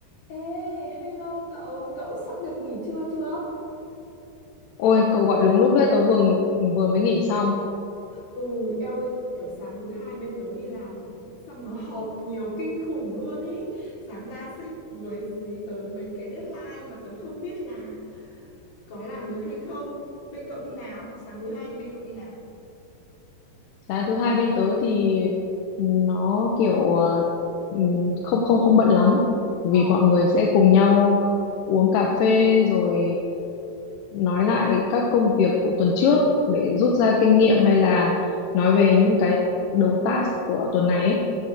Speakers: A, on the left (about 60°); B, on the left (about 80°).
A: Ê, hello cậu, cậu sắp được nghỉ trưa chưa?
B: Ôi, cậu gọi đúng lúc đấy, tớ vừa vừa mới nghỉ xong.
A: Ừ, eo ơi, kiểu sáng thứ hai bên tớ đi làm xong nó họp nhiều kinh khủng luôn ý. Sáng ra sếp với dí tớ mấy cái deadline mà tớ không biết là có làm được hay không. Bên cậu như nào? Sáng thứ hai bên cậu như nào?
B: Sáng thứ hai bên tớ thì nó kiểu ờ, ừm, không không không bận lắm, vì
A: Ờ.
B: mọi người sẽ cùng nhau uống cà phê rồi nói lại các công việc của tuần trước để rút ra kinh nghiệm hay là nói về những cái đầu task của tuần này ấy.